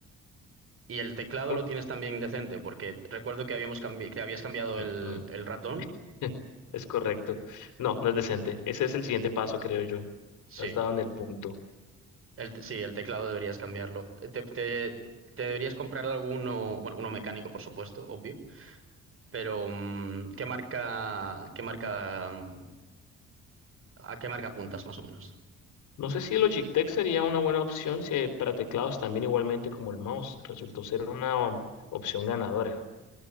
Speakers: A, on the right (about 45°); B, on the left (about 75°).
A: Y el teclado
B: Uh,
A: lo tienes también decente, porque recuerdo que habíamos cambi- que habías cambiado
B: mm,
A: el,
B: mm.
A: el ratón.
B: <laughs> Es correcto. No, no es decente. Ese es el siguiente paso, creo yo.
A: Sí,
B: Has dado en el punto.
A: el, te- sí, el teclado deberías cambiarlo. Eh, Te, te- te deberías comprar alguno, bueno, uno mecánico, por supuesto, obvio, pero mm, ¿qué marca, qué marca, mm, a qué marca apuntas más o menos?
B: No sé si Logitech sería una buena opción si eh, para teclados también igualmente como el mouse resultó ser una um, opción ganadora.